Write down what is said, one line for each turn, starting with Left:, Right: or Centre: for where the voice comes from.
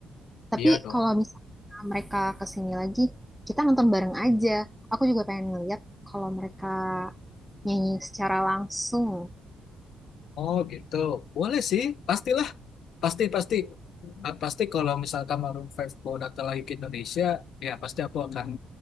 Centre: Tapi
Left: Iya dong,
Centre: kalau misalnya mereka kesini lagi, kita nonton bareng aja. Aku juga pengen ngeliat kalau mereka nyanyi secara langsung
Left: Oh gitu, boleh sih, pastilah, pasti pasti Ah, pasti kalau misalkan Maroon Five mau datang lagi ke Indonesia, ya pasti aku akan